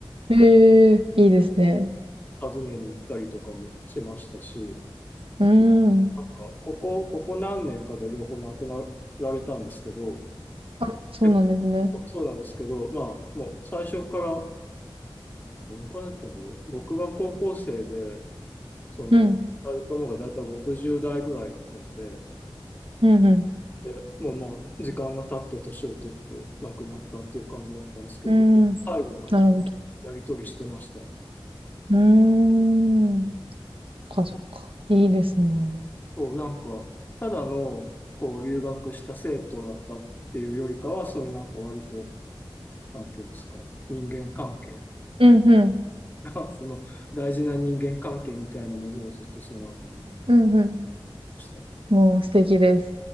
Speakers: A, on the right; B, on the left.
A: へえ、いいですね。
B: 訪ねに行ったりとかもしましたし、
A: うん、うん。うん。
B: なんか、ここ、ここ何年かで両方亡くなられたんですけど、
A: あ、そうなんですね。
B: 結構そう、そうなんですけど、まあ、もう最初から、どのくらいだったんだろう。僕が高校生で、その、
A: うん、
B: 二人ともがだいたい60代ぐらいだったので、
A: うん、うん。
B: で、もうまあ、時間が経って年を取って亡くなったっていう感じだったんですけど、
A: うん。
B: 最後まで
A: なるほど。
B: やり取りしてましたね。
A: うーん。そっか、そっか。いいですね。
B: そう、なんか、ただの、こう、留学した生徒だったっていうよりかは、そういうなんか割と、なんていうんですか、人間関係
A: うん、うん、
B: が <laughs>、その、大事な人間関係みたいなものをずっとその後もして
A: うん、うん。
B: ました。
A: もう素敵です。